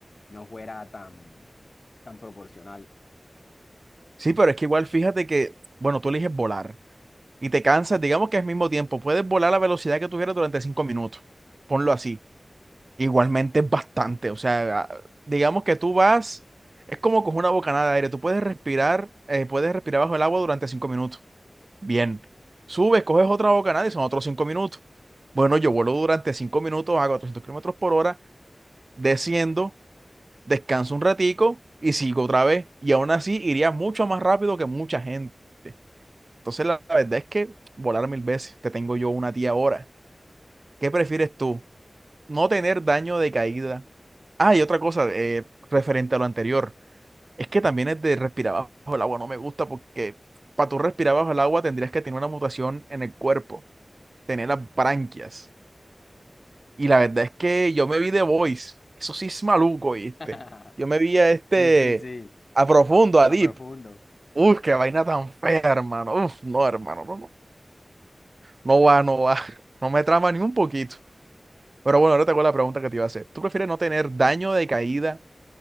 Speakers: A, on the left (about 60°); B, on the right (about 60°).
A: no fuera tan, tan proporcional.
B: Sí, pero es que igual fíjate que, bueno, tú eliges volar y te cansas, digamos que es mismo tiempo, puedes volar a la velocidad que tú quieras durante cinco minutos, ponlo así. Igualmente es bastante, o sea, a- digamos que tú vas, es como coger una bocanada de aire, tú puedes respirar, eh, puedes respirar bajo el agua durante cinco minutos. Bien, subes, coges otra bocanada y son otros cinco minutos. Bueno, yo vuelo durante cinco minutos a 400 kilómetros por hora, desciendo, descanso un ratico y sigo otra vez. Y aún así iría mucho más rápido que mucha gente. Entonces la, la verdad es que volar mil veces, te tengo yo una tía ahora. ¿Qué prefieres tú? No tener daño de caída. Ah, y otra cosa, eh, referente a lo anterior, es que también es de respirar bajo el agua, no me gusta porque para tú respirar bajo el agua tendrías que tener una mutación en el cuerpo. tener las branquias. Y la verdad es que yo me vi The Voice. Eso sí es maluco, ¿viste?
A: <laughs>
B: Yo me vi a este,
A: Sí, sí, sí,
B: a profundo, a
A: a
B: Deep.
A: profundo.
B: Uf, qué vaina tan fea, hermano. Uf, no, hermano, no, no. No va, no va. <laughs> No me trama ni un poquito. Pero bueno, ahora te hago la pregunta que te iba a hacer. ¿Tú prefieres no tener daño de caída